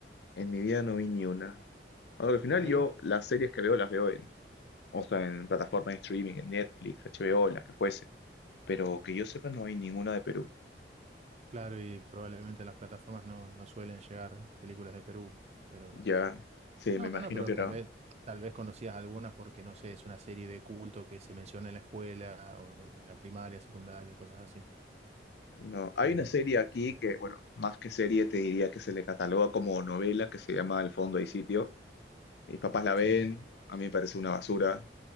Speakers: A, on the left; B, on the right.
A: en mi vida no vi ni una. Ahora, al final
B: mira.
A: yo las series que veo las veo en, o sea, en plataformas de streaming, en Netflix, HBO, las que fuese. Pero que yo sepa no hay ninguna de Perú.
B: Claro, y probablemente las plataformas no, no suelen llegar películas de Perú, pero...
A: Ya, sí,
B: No,
A: me imagino
B: no, pero
A: que era.
B: tal vez, tal vez conocías algunas porque, no sé, es una serie de culto que se menciona en la escuela o en la primaria, secundaria, cosas así.
A: No, hay
B: Pero
A: una serie aquí que, bueno, más que serie te diría que se le cataloga como novela que se llama Al fondo hay sitio. Mis papás la
B: sí,
A: ven, a mí me parece una basura,